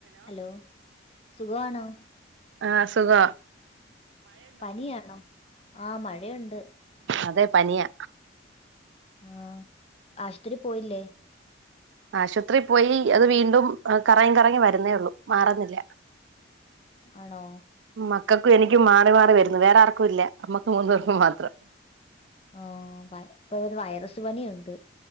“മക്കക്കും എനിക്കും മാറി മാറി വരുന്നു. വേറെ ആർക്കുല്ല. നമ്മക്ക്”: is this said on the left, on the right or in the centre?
Right